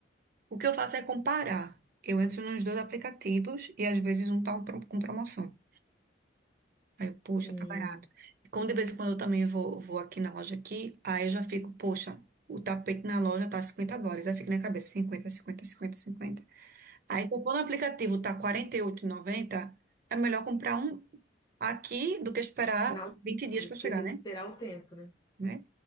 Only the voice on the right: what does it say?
O que eu faço é comparar. Eu entro nos dois aplicativos e às vezes um tá um pro- com promoção. Aí eu, poxa,
tá barato. E como de vez em quando eu também vou, vou aqui na loja aqui, aí eu já fico, poxa, o tapete na loja tá 50 dólares. Aí fica na cabeça, 50, 50, 50, 50. Aí, se eu for no aplicativo, tá quarenta e oito e noventa é melhor comprar um aqui do que esperar
20 dias para
chegar,
né?
Né?